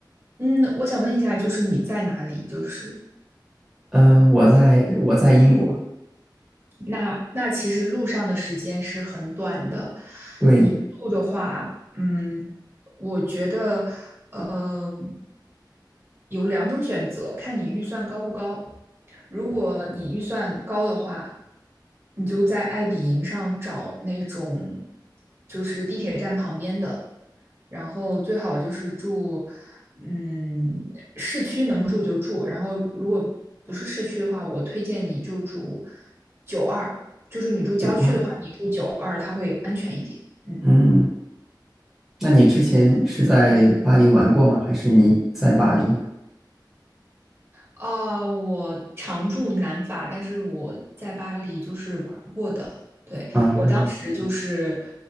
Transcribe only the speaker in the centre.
嗯，我在我在英国，
对，
九二。
嗯，那你之前是在巴黎玩过吗？还是你在巴黎？
嗯